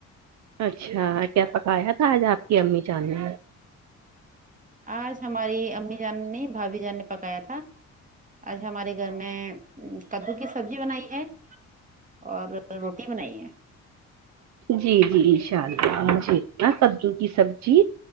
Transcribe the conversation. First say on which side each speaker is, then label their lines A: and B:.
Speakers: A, on the right (about 65°); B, on the right (about 25°).
A: اچھا کیا پکایا تھا آج آپ کی امی جان نے
B: آج ہماری امی جان نے بھابھی جان نے پکایا تھا آج ہمارے گھر میں کدو کی سبزی بنائی ہے اور روٹی بنائی ہے
A: جی جی ان شاء اللہ مجھے نا کدو کی سبزی